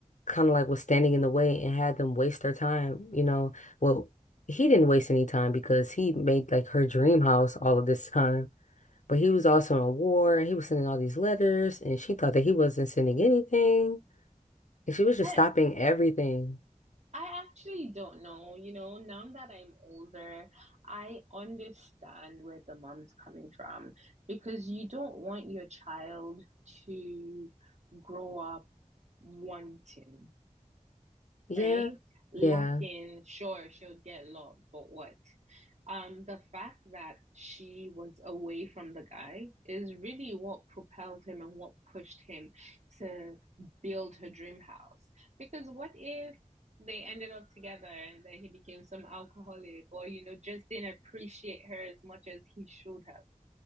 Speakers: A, on the left; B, on the right.
A: kind of like was standing in the way and had them waste their time, you know. Well, he didn't waste any time because he made like her dream house all of this time. But he was also in a war and he was sending all these letters and she thought that he wasn't sending anything. And she was just
B: I
A: stopping everything.
B: I actually don't know. You know, now that I'm older, I understand where the mom's coming from because you don't want your child to grow up wanting,
A: Yeah.
B: right? Lacking,
A: Yeah.
B: sure, she'll get love, but what? Um, the fact that she was away from the guy is really what propelled him and what pushed him to build her dream house. Because what if they ended up together and then he became some alcoholic or, you know, just didn't appreciate her as much as he should have?